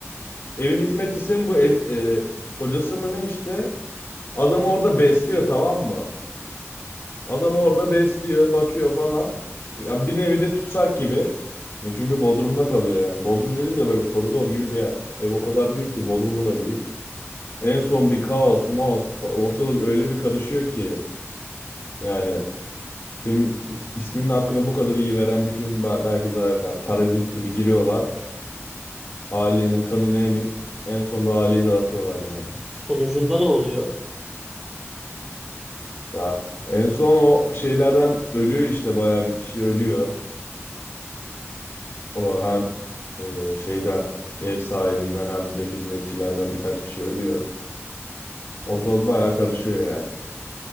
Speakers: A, on the left (about 55°); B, in the centre.
A: Evin hizmetçisinin bu e, e, kocası mı ne işte? Adamı orada besliyor tamam mı? Adamı orada besliyor, bakıyor falan. Ya bir nevi de tutsak gibi. E, Çünkü Bodrum'da kalıyor yani. Bodrum dediğim de böyle koridor gibi bir yer. Ev o kadar büyük ki Bodrum'u da büyük. En son bir kaos, maos ortalık öyle bir karışıyor ki yani Film isminin hakkını bu kadar iyi veren bir film ba- belki daha yok. Yani parazit gibi giriyorlar. Ailenin kanını emip en sonunda aileyi dağıtıyorlar yani.
B: Sonucunda ne oluyor?
A: Ya en son o şeylerden ölüyor işte bayağı bir kişi ölüyor. O hem e, şeyden ev sahibinden hem de hizmetçilerden birkaç kişi ölüyor. Ortalık bayağı karışıyor yani.